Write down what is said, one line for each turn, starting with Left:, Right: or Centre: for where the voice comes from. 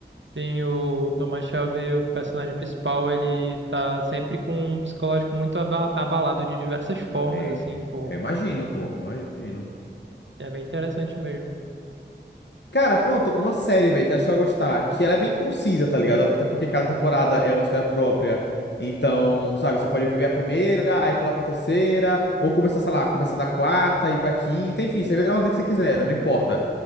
Right: Tem o Thomas Shelby, o personagem principal, ele tá sempre com um psicológico muito aba- abalado de diversas formas,
Left: É,
Right: assim, pô.
Left: é, imagino, pô, imagino.
Right: É bem interessante mesmo.
Left: Cara, pronto, uma série, velho, que acho que você vai gostar, que ela é bem concisa, tá ligado? Até porque cada temporada é uma história própria. Então, sabe, você pode ver a primeira, aí pular pra terceira, ou começar, sei lá, começar da quarta, ir pra quinta, enfim, você vê na ordem que você quiser, né? Não importa.